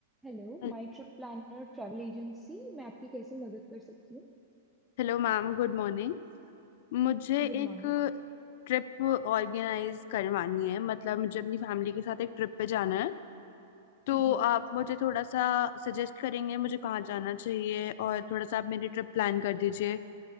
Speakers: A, in the centre; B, on the left.
A: Hello
B: Hello-
A: my trip planner travel agency मैं आपकी कैसे मदद कर सकती हूँ
B: hello ma'am good morning मुझे एक
A: Good morning
B: trip organise करवानी है मतलब मुझे अपनी फैमिली के साथ एक ट्रिप पे जाना है तो
A: जी
B: आप मुझे थोड़ा सा सजेस्ट करेंगे मुझे कहाँ जाना चाहिए और थोड़ा सा आप मेरी ट्रिप प्लान कर दीजिए